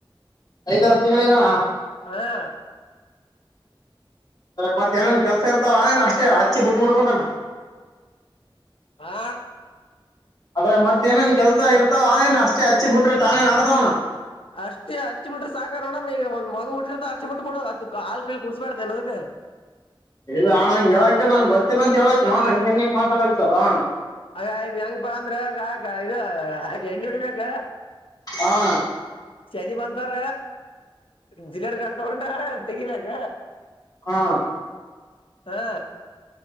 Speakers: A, on the left; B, on the left.
A: ಐದಾರು ತಿಂಗಳಿಗಣ
B: ಹಾ
A: ಮತ್ತತ್ ಏನನ್ ಕೆಲ್ಸ ಇರ್ತಾವ ಏನ ಅಷ್ಟೇ ಹಚ್ಚಿ ಬಿಟ್ ಬಿಡ್ಬಾನ <inaudible>
B: ಹಾ
A: ಅದ್ರ ಮತ್ತತ್ ಏನೇನ್ ಕೆಲ್ಸ ಇರ್ತಾವ ಏನ್ ಅಷ್ಟೇ ಹಚ್ಚಿ ಬಿಟ್ರೆ ತಾನೇ ಮಾಡಡ್ತವಣ
B: ಅಷ್ಟೇ ಹಚ್ಚಿ ಬಿಟ್ರೆ ಸಾಕ ನೋಡಮ ಈಗ ಒಂದ ಮಗ ಬಿಟ್ಟಿ್ರ ಅಚ್ಚಿ ಬಿಟ್ಬ ಬಿಡು ಅ ಹಾಲ್ ಪೀಲ್ ಕುಡಸಬಡ್ದನೆ ಅದಕ್
A: ಇಲ್ಲ ಹಣ್ಣ ಹಂಗಗೆ ಹೇಳಕ್ತಿಲ್ಲ ನನ್ ಗೊತ್ತಿಲ್ಲ ಅಂತ ಹೇಳಕ್ ಹೆಂಗ ಹೆಂಗ ಮಾತಾಡತಲ್ಲ
B: ಅ ಆಯ್ ಹೆಂಗಪ್ಪಾ ಅಂದ್ರೆಾಕ ಇದು ಹೆಂಜುಡಿಬೇಕ
A: ಹಾ
B: ಸಜಿ ಬಂತಾರ ಜಿಲಡ್ ಗಾಡ್ ತಗೊಂಡ ತೆಗಿಬೇಕ
A: ಹಾ
B: ಹಾ